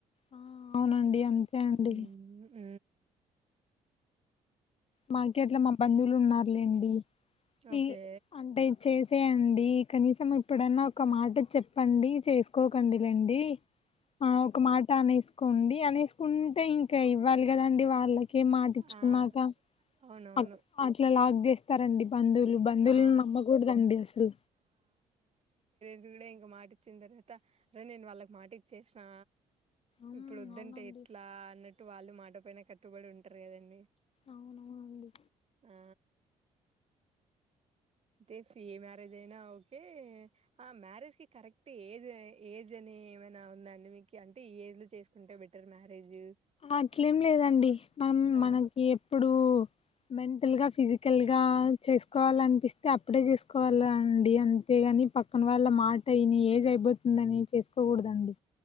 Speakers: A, on the left; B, on the right.
A: ఆ అవునండి
B: ఉమ్
A: అంతే అండి
B: ఉమ్ ఉమ్
A: మాకు ఎట్లా మా బంధువులు ఉన్నారులేండి టీ
B: ఓకే
A: అంటే చేసేయం డ్ డి కనీసం ఇప్పుడన్నా ఒక మాట చెప్పండి చేసుకోకండి లేండి ఆ ఒక మాట అనేసు కొండి అనేసుకుంటే ఇంకా క ఇవ్వాలి కదండి వాళ్ళకే మాటిచ్చుకున్నాక
B: ఆ అవునవును
A: అ ట్ అట్లా లాగ చేస్త్ స్తరండి బంధువులు బంధువులను
B: ఆ
A: నమ్మకూడదండి అసలు
B: ఇన్ట్స్ ఇంక మాట ఇచ్చిన తర్వాత అరే నేను వాళ్ళకి మాట ఇచ్చేసినా
A: మ్మ్
B: ఇప్పుడు వద్దంటే
A: అవునండి
B: ఎట్లా అన్నట్టు వాళ్ళు మాట్ పైన కట్టుబడి ఉంటారు కదండి
A: అవునవునండి
B: ఆ తే ఫ్రీ మ్యారేజ్ అయినా ఓకే ఆ మ్యారేజ్ కి కరెక్ట్ ఏజ్ ఏజ్ అని ఏమైనా ఉందాండి మీకు అంటే ఈ ఏజ్ లో చేసుకుంటే బెటర్ మ్యారేజ్
A: అట్లేం లేదండి మనం
B: ఆ
A: మనకి ఇప్పుడు మెంటల్ గా ఫిజికల్ గా చేసుకోవాలనిపిస్తే అప్పుడే చేసుకోవాల అండి అంతేగాని పక్కన వాళ్ళ మాట యిని ఏజ్ అయిపో తుందని చేసుకోకూడదండి